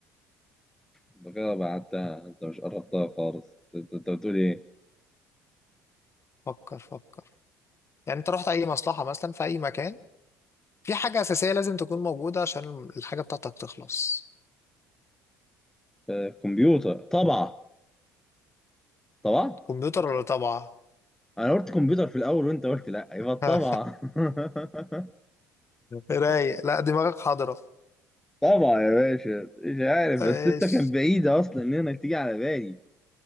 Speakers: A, in the centre; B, on the left (about 30°).
A: انت كده بعدتها انت مش قربتها خالص انت انت بتقول ايه
B: فكر فكر يعني انت رحت أي مصلحة مثلا في أي مكان في حاجة أساسية لازم تكون موجودة عشان الحاجة بتاعتك تخلص
A: آه كمبيوتر طبعا طبعا
B: كمبيوتر ولا طابعة
A: انا قلت كمبيوتر في الاول وانت قلت لا يبقى طبعا
B: <laughs>
A: <laughs>
B: رايق لا دماغك حاضرة
A: طبعا يا باشا مش عارف
B: ايش
A: بس انت كان بعيدة اصلا ان انا تيجي على بالي